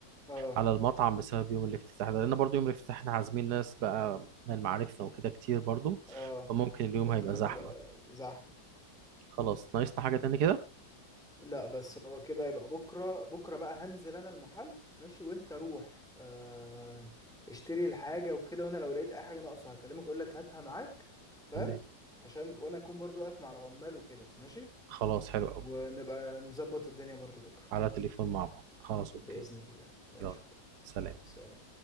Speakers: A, in the centre; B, on the right.
A: اه
B: على المطعم بسبب يوم الافتتاح ده لان برضو يوم الافتتاح احنا عازمين ناس بقى من معارفنا وكده كتير برضو
A: اه
B: فممكن اليوم
A: فالدنيا
B: هيبقى زحمة
A: هتبقى زحمة
B: خلاص ناقصنا حاجة تاني كده
A: لا بس هو كده يبقى بكرة بكرة بقى هنزل انا المحل ماشي وانت روح آه اشتري الحاجة وكده وانا لو لقيت اي حاجة ناقصة هكلمك اقول لك هاتها معاك فاهم
B: تمام
A: عشان وانا اكون برضو واقف مع العمال وكده ماشي
B: خلاص حلو قوي
A: ونبقى نظبط الدنيا برضو بكرة
B: على تليفون مع بعض خلاص اوكي
A: بإذن الله ماشي
B: يلا
A: يا حبيبي
B: سلام
A: سلام